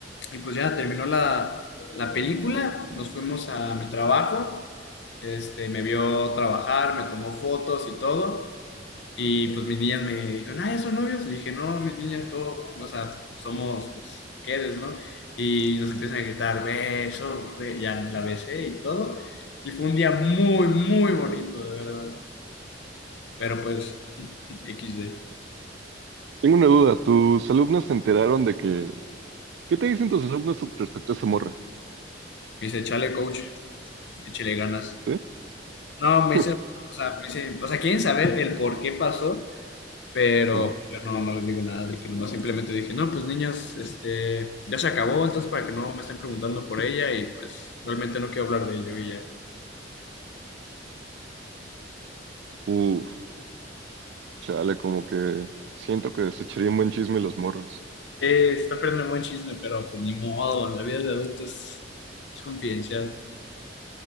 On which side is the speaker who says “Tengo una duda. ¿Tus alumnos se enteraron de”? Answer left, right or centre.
Right